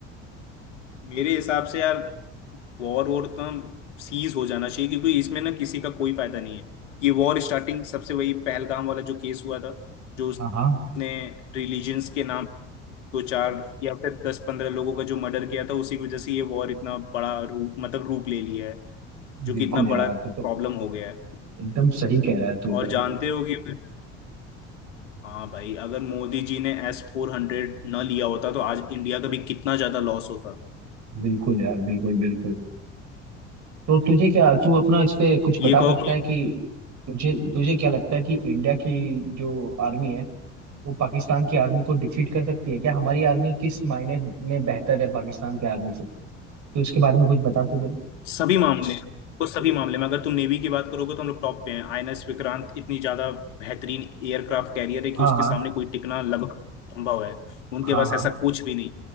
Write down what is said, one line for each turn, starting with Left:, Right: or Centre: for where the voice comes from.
Left: मेरे हिसाब से यार वॉर वॉर तो सीज हो जाना चाहिए क्योंकि इसमें ना किसी का कोई फायदा नहीं है ये वॉर स्टार्टिंग सबसे वही पहलगाम वाला जो केस हुआ था जो उसने
Right: हाँ हाँ
Left: रिलीजन्स के नाम दो चार या फिर दस पंद्रह लोगों का जो मर्डर किया था उसी की वजह से ये वॉर इतना बड़ा रूप मतलब रूप ले लिया है जो
Right: बिल्कुल
Left: कि इतना
Right: यार
Left: बड़ा प्रॉब्लम
Right: तू तो
Left: हो गया है
Right: एकदम सही कह रहा है तू
Left: और
Right: भाई
Left: जानते हो कि हाँ भाई अगर मोदी जी ने एस फोर हंड्रेड न लिया होता तो आज इंडिया का भी कितना ज्यादा लॉस होता
Right: बिल्कुल यार बिल्कुल बिल्कुल तो तुझे क्या तू अपना इस पे कुछ
Left: ये
Right: बता
Left: कहो
Right: सकता है कि तुझे तुझे क्या लगता है कि इंडिया की जो आर्मी है वो पाकिस्तान की आर्मी को डिफीट कर सकती है क्या हमारी आर्मी किस मायने में बेहतर है पाकिस्तान की आर्मी से तो इसके बारे में कुछ बता तुझे
Left: सभी मामले वो सभी मामले में अगर तुम नेवी की बात करोगे तो हम लोग टॉप पे हैं आईएनएस विक्रांत इतनी ज्यादा बेहतरीन एयरक्राफ्ट कैरियर है कि
Right: हाँ
Left: उसके
Right: हाँ
Left: सामने कोई टिकना लगभग संभव है उनके
Right: हाँ
Left: पास
Right: हाँ
Left: ऐसा कुछ भी नहीं